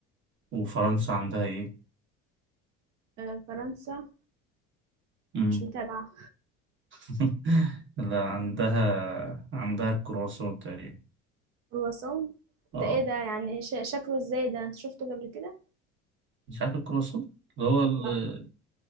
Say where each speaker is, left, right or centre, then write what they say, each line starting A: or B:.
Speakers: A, on the right; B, on the right.
A: وفرنسا عندها إيه؟
B: آه، فرنسا
A: مم.
B: مش متابعة
A: <laughs> لا عندها عندها الكرواسون تقريبا
B: كرواسون ده
A: آه
B: ايه ده يعني ش- شكله ازاي ده انت شفته قبل كده
A: مش عارف الكرواسون اللي هو ال-
B: لا